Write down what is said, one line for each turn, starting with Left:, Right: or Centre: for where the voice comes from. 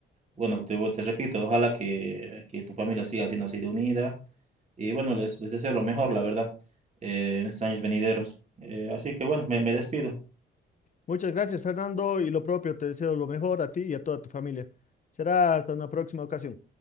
Right: bueno, te, te repito, ojalá que, que tu familia siga siendo así de unida. Y bueno, les, les deseo lo mejor, la verdad, eh, en estos años venideros. Eh, así que bueno, me, me despido.
Left: Muchas gracias, Fernando, y lo propio, te deseo lo mejor a ti y a toda tu familia. Será hasta una próxima ocasión.